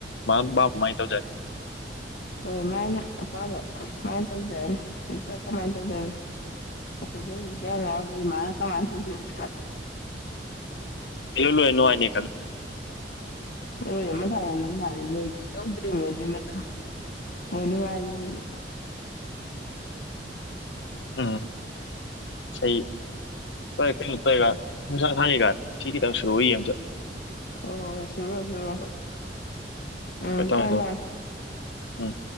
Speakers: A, on the left; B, on the left.
A: ꯃꯥꯃꯥꯏꯅ ꯇꯧꯖꯔꯦ
B: ꯍꯣꯏ ꯃꯥꯏꯅ ꯑꯄꯥꯝꯕ ꯀꯃꯥꯏꯅ ꯇꯧꯖꯔ ꯅꯠꯇ꯭ꯔ ꯀꯃꯥꯏꯅ ꯇꯧꯖꯣꯏꯔꯤ ꯑꯩꯈꯣꯏꯁꯨ ꯍꯧꯖꯤꯛ ꯌꯥ ꯌꯥꯎꯗꯣꯏ ꯏꯃꯥꯅ ꯀꯃꯥꯏꯅ ꯇꯧꯗꯣꯔꯤꯕ
A: ꯍ ꯂꯣꯏꯅꯅꯨꯡꯉꯅꯤ
B: ꯑꯣꯃ ꯊꯥꯏ ꯊꯔꯦ ꯃꯣꯏ ꯌꯧꯗ꯭ꯔꯤꯅꯦ ꯑꯗꯨꯏ ꯃꯇꯝ ꯃꯣꯏ ꯅꯨꯡꯉꯥꯏꯔꯤ ꯍꯧꯖꯤꯛ
A: ꯎꯝꯝ ꯁ ꯀꯩꯅꯣ ꯇꯧꯔꯒ ꯅꯨꯡꯁꯥ ꯊꯥꯅꯩꯒ ꯁꯤ ꯈꯤꯇꯪ ꯁꯨꯔꯨꯏꯌꯦ ꯑꯝꯇ
B: ꯍꯣꯏ ꯍꯣꯏ ꯍꯣꯏ ꯁꯨꯔꯣ ꯁꯨꯔꯣ ꯎꯝ
A: ꯍꯣꯏ ꯊꯝꯃꯦ ꯊꯝꯃꯦ
B: <unintelligible>
A: ꯎꯝ